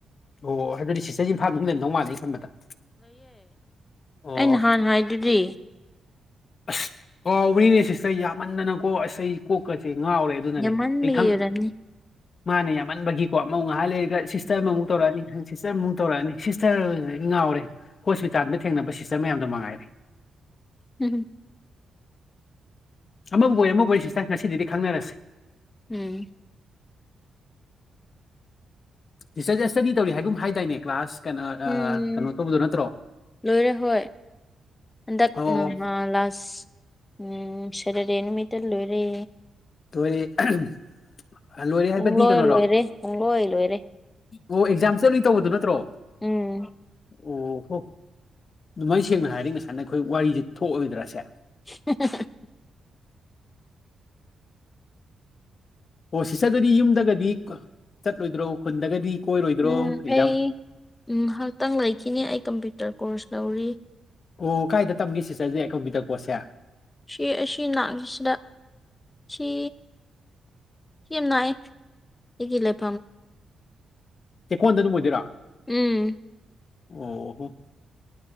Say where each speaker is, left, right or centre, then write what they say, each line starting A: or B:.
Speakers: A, on the left (about 45°); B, on the left (about 20°).
A: ꯑꯣ ꯍꯥꯏꯕꯗꯤ ꯁꯤꯁꯇꯔꯁꯤ ꯏꯝꯐꯥꯜ ꯃꯅꯨꯡꯗ ꯂꯩꯔꯝꯗꯧ ꯃꯥꯜꯂꯦ ꯑꯩ ꯈꯟꯕꯗ ꯑꯣ
B: ꯑ ꯅꯍꯥꯟ ꯍꯥꯏꯗꯨꯗꯤ
A: ꯑꯁ ꯀꯥꯎꯕꯩꯅꯦ ꯁꯤꯁꯇꯔ ꯌꯥꯝꯃꯟꯗꯅꯀꯣ ꯑꯁ ꯑꯩ ꯀꯣꯛꯀꯁꯦ ꯉꯥꯎꯔꯦ ꯑꯗꯨꯅꯅꯦ
B: ꯌꯥꯝꯃꯟꯕꯒꯤ
A: ꯑꯩ ꯈꯪ
B: ꯑꯣꯏꯔꯝꯅꯤ
A: ꯃꯥꯅꯦ ꯌꯥꯝꯃꯟꯕꯒꯤꯀꯣ ꯑꯃꯧ ꯉꯥꯏꯍꯥꯛ ꯂꯩꯔꯒ ꯁꯤꯁ ꯇꯔ ꯃꯃꯨꯛ ꯇꯧꯔꯛꯑꯅꯤ ꯈꯪ ꯁꯤꯁꯇꯔ ꯑꯃꯨꯛ ꯇꯧꯔꯛꯑꯅꯤ ꯁꯤꯁꯇꯔ ꯑꯣꯏꯅ ꯉꯥꯎꯔꯦ ꯍꯣꯁꯄꯤꯇꯥꯜꯗ ꯊꯦꯡꯅꯕ ꯁꯤꯁꯇꯔ ꯃꯌꯥꯝꯗꯣ ꯃꯉꯥꯏꯔꯦ
B: ꯎꯍꯨꯝ
A: ꯑꯃꯕꯨ ꯑꯣꯏ ꯑꯃꯕꯨ ꯑꯣꯏ ꯁꯤꯇꯔ ꯉꯁꯤꯗꯩꯗꯤ ꯈꯪꯅꯔꯁꯦ
B: ꯎꯝ
A: ꯁꯤꯁꯇꯔꯁꯦ ꯁ꯭ꯇꯗꯤ ꯇꯧꯔꯤ ꯍꯥꯏꯒꯨꯝ ꯍꯥꯏꯗꯥꯏꯅꯦ ꯀ꯭ꯂꯥꯁ ꯀꯩꯅꯣ
B: ꯎꯝ
A: ꯑꯥ ꯀꯩꯅꯣ ꯇꯧꯕꯗꯨ ꯅꯠꯇ꯭ꯔꯣ
B: ꯂꯣꯏꯔꯦ ꯍꯣꯏ ꯍꯟꯗꯛ
A: ꯑꯣ
B: ꯅꯍꯥꯜ ꯂꯥꯁ ꯎꯝ ꯁꯦꯇꯔꯗꯦ ꯅꯨꯃꯤꯠꯇ ꯂꯣꯏꯔꯦ
A: ꯂꯣꯏꯔꯦ <unintelligible> ꯂꯣꯏꯔꯦ ꯍꯥꯏꯕꯗꯤ
B: ꯄꯨꯡꯂꯣꯏ
A: ꯀꯩꯅꯣꯔꯣ
B: ꯂꯣꯏꯔꯦ ꯄꯨꯡꯂꯣꯏ ꯂꯣꯏꯔꯦ
A: ꯑꯣ ꯑꯦꯛꯖꯥꯝ ꯆꯠꯂꯨꯢ ꯇꯧꯕꯗꯣ ꯅꯠꯇ꯭ꯔꯣ
B: ꯎꯝ
A: ꯑꯣ ꯍꯣ ꯑꯗꯨꯃꯥꯏꯅ ꯁꯦꯡꯅ ꯍꯥꯏꯔꯗꯤ ꯉꯁꯥꯏꯅ ꯑꯩꯈꯣꯏ ꯋꯥꯔꯤꯁꯦ ꯊꯣꯛꯑꯣꯏꯗ꯭ꯔꯥꯁꯦ
B: <inaudible>
A: ꯑꯣ ꯁꯤꯆꯔ ꯑꯗꯨꯗꯤ ꯌꯨꯝꯗꯒꯗꯤ ꯆꯠꯂꯣꯏꯗ꯭ꯔꯣ ꯈꯨꯟꯗꯒꯗꯤ ꯀꯣꯏꯔꯣꯏꯗ꯭ꯔꯣ
B: ꯎꯝ
A: ꯑꯦꯗꯥ
B: ꯑꯩ ꯎꯝ ꯉꯍꯥꯛꯇꯪ ꯂꯩꯈꯤꯅꯤ ꯑꯩ ꯀꯝꯄ꯭ꯌꯨꯇꯔ ꯀꯣꯔꯁ ꯂꯧꯔꯤ
A: ꯑꯣ ꯀꯥꯏꯗ ꯇꯝꯒꯦ ꯁꯤꯁꯇꯔꯁꯦ ꯀꯝꯄ꯭ꯌꯨꯇꯔ ꯀꯣꯔꯁꯁꯦ
B: ꯁꯤ ꯑꯁꯤ ꯅꯥꯛꯏꯁꯤꯗ ꯁꯤ ꯁꯤ ꯌꯥꯝ ꯅꯥꯛꯏ ꯑꯩꯒꯤ ꯂꯞ
A: ꯆꯦꯛꯀꯣꯟꯗ ꯑꯗꯨꯝ ꯑꯣꯏꯗꯣꯏꯔꯥ
B: ꯎꯝ
A: ꯑꯣ ꯍꯣ